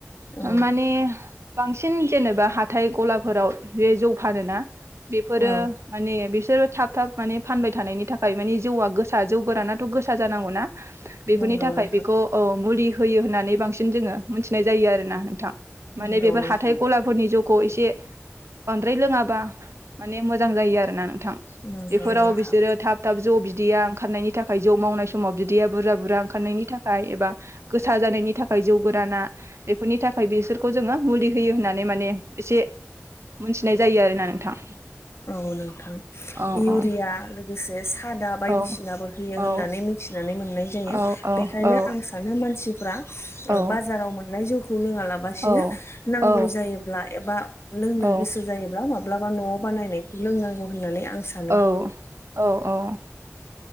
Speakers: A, on the left; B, on the right.
A: औ
B: माने बांसिन जेनेबा हाथाय ग'लाफोराव जौ फानोना बेफोरो
A: औ
B: माने बिसोरो थाब थाब माने फानबाय थानायनि थाखाय मानि जौआ गोसा जौ गोरानाथ' गोसा जानांगौनाा बेफोरनि
A: नंगौ
B: थाखाय
A: नोंथां
B: बेखौ मुलि होयो होननानै बांसिन जों मोनथिनाय जायोना नोंथां। माने
A: नंगौ
B: बेफोर
A: नोंथां
B: हाथाय गर्खाफोरनि जौ खौ एसे बांद्राय लोङाबा माने मोजां जायो आरोना थां
A: नंगौ
B: बेफोराव
A: नोंथां
B: बिसोरो थाब थाब जौ बिदै आ ओंखारनायनि थाखाय जौ मावनाय समाव बिदैया बुरजा बुरजा ओंखारनायनि थाखाय एबा गोसा जानायनि थाखाय जौ गोरान ना बेफोरनि थाखाय बिसोरखौ जोङो मुलि होयो होननानै माने एसे मोनथिनाय जायो आरोना नोंथां।
A: औ नोंथां
B: औ
A: इउरिया
B: औ
A: लोगोसे खादा बायदिसिनाबो
B: औ
A: होयो होननानै
B: औ
A: मिथिनानै मोननाय जायो
B: औ औ
A: बेखायनो
B: औ
A: आं सानो मानसिफ्रा
B: औ
A: बाजाराव मोननाय जौखौ लोङा लासिनो
B: औ
A: नांगौ
B: औ
A: जायोब्ला एबा लों नो
B: औ
A: गोसो जायोब्ला माब्लाबा न'आव बानायनायखौ लोंनांगौ होननानै आं सानो
B: औ औ औ